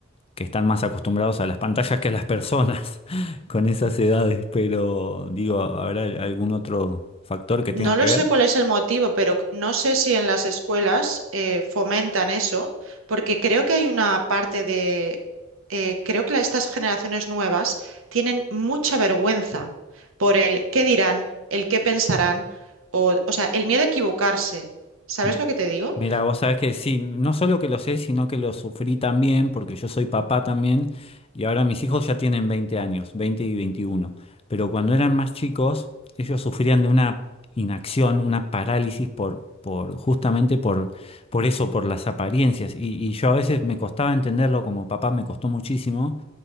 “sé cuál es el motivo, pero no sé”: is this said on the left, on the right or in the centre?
Right